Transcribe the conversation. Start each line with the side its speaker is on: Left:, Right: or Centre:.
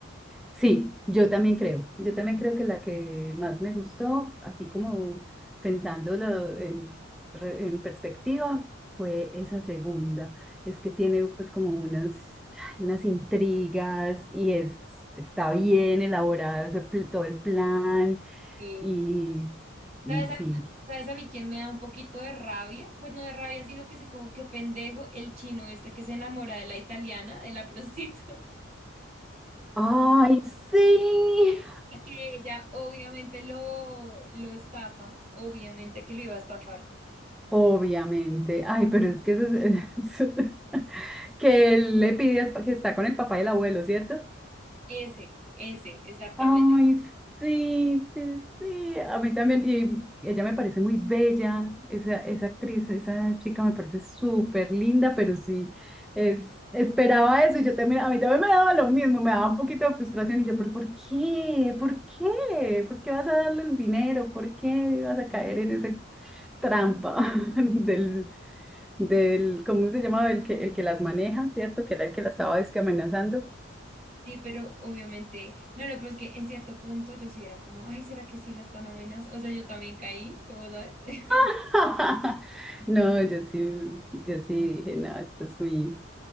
Centre: Sí, yo también creo. Yo también creo que la que más me gustó, así como pensándolo en, re- en perspectiva, fue esa segunda. Es que tiene pues como unas, ay, unas intrigas y es, está bien elaborado ese pl- todo el plan
Right: Sí.
Centre: y, y
Right: ¿Sabes
Centre: sí.
Right: a, sabes a mí quién me da un poquito de rabia? Pues no de rabia, sino que sé como que pendejo el chino este que se enamora de la italiana, de la <laughs> prostituta,
Centre: ¡Ay, sí!
Right: y que ella obviamente lo, lo estafa, obviamente que lo iba a estafar.
Centre: Obviamente. Ay, pero es que eso es- <laughs> que él le pide al pa- que está con el papá y el abuelo, ¿cierto?
Right: Ese, ese, exactamente.
Centre: Ay, sí, sí, sí. A mí también. Y ella me parece muy bella, esa, esa actriz, esa chica me parece súper linda, pero sí, es, esperaba eso y yo también, a mí también me daba lo mismo, me daba un poquito de frustración y yo, pero ¿por qué? ¿Por qué? ¿Por qué vas a darle el dinero? ¿Por qué vas a caer en esa trampa <laughs> del, del, ¿cómo se llamaba? El que, el que las maneja, ¿cierto? Que era el que la estaba es que amenazando.
Right: Sí, pero obviamente, no, lo pues que en cierto punto yo sí era como, ay, ¿será que sí la están amenazando? O sea, yo también caí, como sabes? <laughs>
Centre: <laughs> No, yo sí, yo sí dije, no, esto es muy,